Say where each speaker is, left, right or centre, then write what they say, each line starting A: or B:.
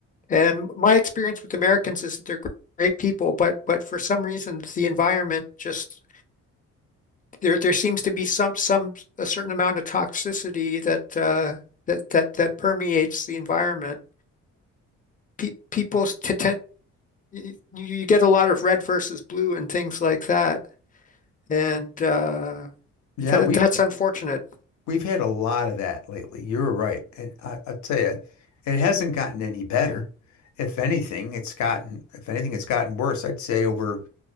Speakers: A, on the left; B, on the left.
A: And my experience with Americans is that they're great people, but but for some reason the environment just there there seems to be some some a certain amount of toxicity that uh, that that that permeates the environment. Pe people t tend you, you get a lot of red versus blue and things like that, and uh,
B: Yeah,
A: that
B: we
A: that's unfortunate.
B: We've had a lot of that lately. You're right. And I, I'll tell you, it hasn't gotten any better. If anything, it's gotten, if anything, it's gotten worse. I'd say over,